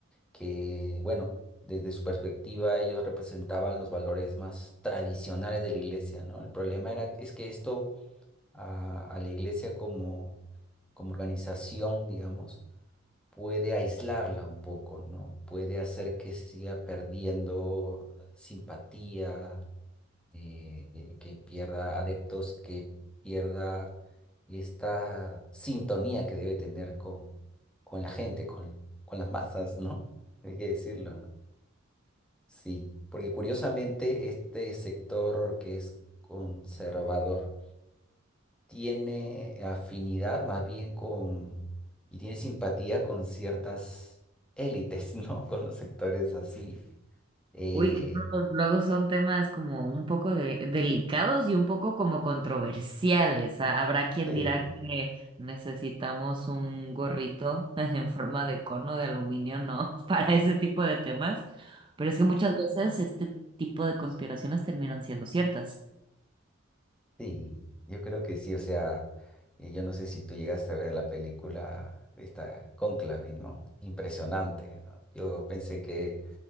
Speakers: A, in the centre; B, on the right.
A: que, bueno, desde su perspectiva ellos representaban los valores más tradicionales de la iglesia, ¿no? El problema era, es que esto a, a la iglesia como, como organización, digamos, puede aislarla un poco, ¿no? Puede hacer que se siga perdiendo simpatía, eh, que, que pierda adeptos, que pierda esta sintonía que debe tener con, con la gente, con, con las masas, ¿no? Hay que decirlo. ¿no? Sí, porque curiosamente este sector que es conservador tiene afinidad más bien con y tiene simpatía con ciertas élites, ¿no? <laughs> Con los sectores así. Eh,
B: Uy, que esos luego son temas como un poco de- delicados y un poco como controversiales. Ah, Habrá quien
A: eh,
B: dirá que necesitamos un gorrito <laughs> en forma de cono de aluminio, ¿no? <laughs> Para ese tipo de temas. Pero es que muchas veces
A: Mm.
B: este tipo de conspiraciones terminan siendo ciertas.
A: sí, yo creo que sí, o sea, eh, yo no sé si tú llegaste a ver la película, esta Cónclave, ¿no? Impresionante, ¿no? Yo pensé que